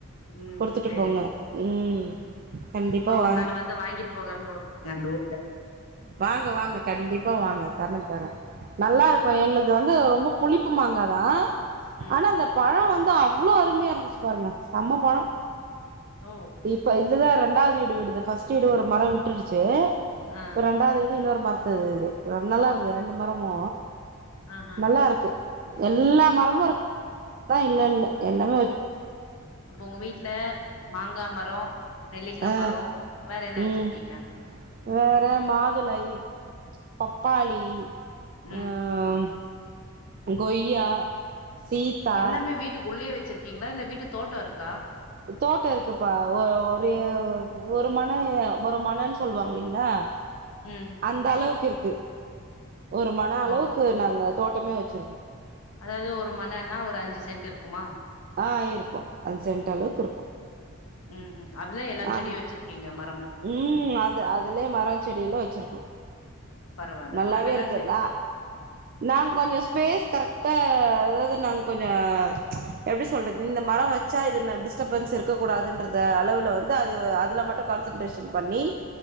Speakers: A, on the left; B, on the right.
A: ம்
B: கொடுத்துட்டு
A: சேரி
B: போங்க
A: சேரி
B: உம் கண்டிப்பா
A: ஒரு
B: வாங்
A: நாள் வந்து வாங்கிட்டு போகாம வுடுங்க அந்த ஊறுகா
B: வாங்க வாங்க கண்டிப் பா வாங்க தர்ன தரெ நல்லா இருக்கு எங்கள்து வந்து ரொம்பொப் புளிப்பு மாங்கா தா
A: ம்
B: ஆனா அந்த பழொ வந் து அவ்ளோ அருமையா இருந்துச்சு பாருங்க செம்ம பழொ
A: ஓ
B: இப்ப இதுதா ர ரெண்டாது ஈடு விடுது ஃபர்ஸ்ட்டு ஈடு ஒரு மரொ விட்டுடுச்சி
A: ஆ
B: இப்ப ரெண்டாவது இது இன்னொரு மரத்துது இது நல்லா இருந்தது ரெண்டு மரமூ
A: ஆஹா
B: நல்லா இருக்கு எல்லா மரொ முருக் இதா இல்லல்ல எல்லாமே வச்
A: அப்போ உங்க வீட்ல மாங்கா மரே நெல்லிக்கா‌
B: ஆ
A: மரோ வேற என்ன வச்சிருக்கீங்க
B: ம் வேற மாதுளை பப்பாளி
A: ம்.
B: ஆஹ கொய்யா சீத்தா
A: எல்லாமே வீட்டுக்கு உள்ளேயே வெச் ச்சிருக்கீங்களா இல்ல வீட்டு தோட்டோ இருக்கா
B: தோட்ட இருக்குப்பா ஒர் ஒரு ஒரு மனைய்ய ஒரு மனன் சொல்லுவாங் இல்லீங்களா
A: ம்.
B: அந்த அளவுக்கு இருக் க்கு ஒரு மன அளவுக்கு
A: ஓ!
B: நாங்க தோட்டமே வச்சுருக்கோ
A: அதாவது ஒரு மனன்னா ஒரு அஞ்சு சென்ட் இருக்குமா
B: ஆ இருக்கு அஞ்சு சென்ட் அளவுக்கு இருக்கு.
A: ம் ம். அதிலேயே எல்லா செடியு
B: அந்
A: வெச்சிருக்கீங்க மா
B: ம் அது அதுலயே மரோ செடியெல்லா வச்சிருக்கோ.
A: பரவால்ல.
B: நல்லாவே
A: அதெல்லா
B: இருக்குதா
A: சே
B: நாங் கொஞ்சோ ஸ்பேஸ் கரெக்டா அதாவது நாங் கொஞ்சோ எப்டி சொல்றது இந்த மரோ வச்சா இது ந டிஸ்ட்டபன்ஸ் இருக்கக்க கூடாதுன்றத அளவுல வந்து அதுவு அதுல மட்டு கான்சன்ட்ரேஷன் பண்ணி